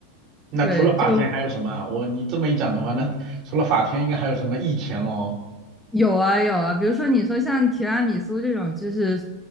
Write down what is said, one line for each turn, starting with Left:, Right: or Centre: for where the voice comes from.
Right: 那除了法田还有什么啊？
Centre: 对，就
Right: 我你这么一讲的话，那除了法田应该还有什么益田咯？
Centre: 有啊有啊，比如说你说像提拉米苏这种，就是